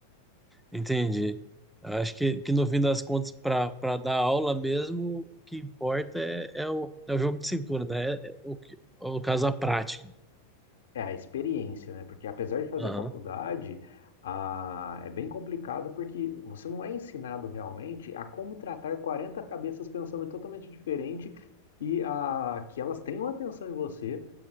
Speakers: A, in the centre; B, on the left (about 65°).
A: Entendi. Acho que, que no fim das contas, para para dar aula mesmo, o que importa é, é, o, é o jogo de cintura, né? É, é o, que- é o caso, a prática.
B: É a experiência, né? Porque apesar de fazer
A: Aham.
B: a faculdade, ah, é bem complicado porque você não é ensinado realmente a como tratar 40 cabeças pensando totalmente diferente e a, que elas tenham atenção em você